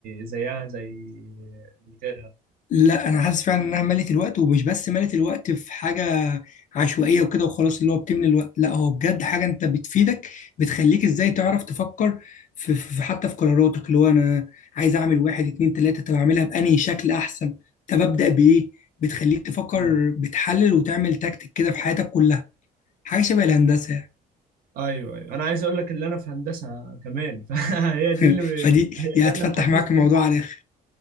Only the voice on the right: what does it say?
زيها زي من غيرها
مم.
ايوه ايوه انا عايز اقول لك اللي انا في هندسة كمان <laughs> فهي دي
اللي
هي
ده
اللي محمسني
العجب